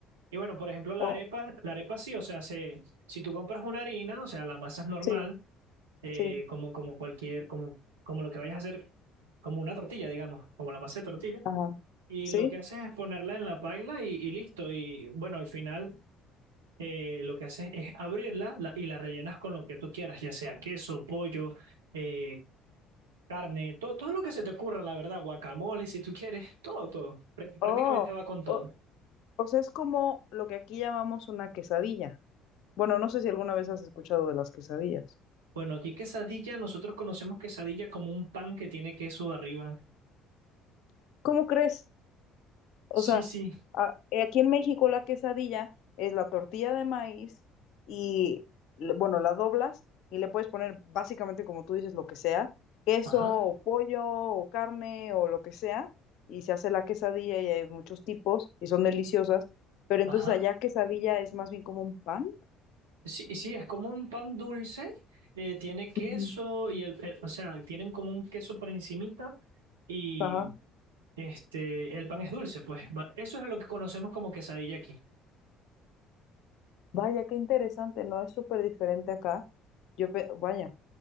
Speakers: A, on the right (about 85°); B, on the left (about 65°).
A: Y bueno, por ejemplo, la
B: o
A: arepa, la arepa sí, o sea, se, si tú compras una harina, o sea, la masa es normal
B: sí.
A: eh,
B: Sí.
A: como, como cualquier, como, como lo que vayas a hacer, como una tortilla, digamos, como la masa de tortilla.
B: Ajá.
A: Y
B: ¿Sí?
A: lo que haces es ponerla en la paila y, y listo. Y bueno, al final eh, lo que haces es abrirla la- y la rellenas con lo que tú quieras, ya sea queso, pollo, eh, carne, todo, todo lo que se te ocurra, la verdad, guacamole, si tú quieres, todo, todo. Prá- Prácticamente
B: Oh,
A: va con todo.
B: o, o sea, es como lo que aquí llamamos una quesadilla. Bueno, no sé si alguna vez has escuchado de las quesadillas.
A: Bueno, aquí quesadilla, nosotros conocemos quesadilla como un pan que tiene queso arriba.
B: ¿Cómo crees? O
A: Sí,
B: sea,
A: sí.
B: a- eh, aquí en México la quesadilla es la tortilla de maíz y, le- bueno, la doblas y le puedes poner básicamente, como tú dices, lo que sea, queso
A: Ajá,
B: o pollo o carne o lo que sea, y se hace la quesadilla y hay muchos tipos y son deliciosas, pero entonces
A: ajá.
B: allá quesadilla es más bien como un pan.
A: Sí, sí, es como un pan dulce, eh, tiene queso
B: Ujú.
A: y el, el- o sea, tienen como un queso por encimita y
B: Ajá.
A: este, el pan es dulce, pues va- eso es lo que conocemos como quesadilla aquí.
B: Vaya, qué interesante, ¿no? Es súper diferente acá. Yo, pe- vaya,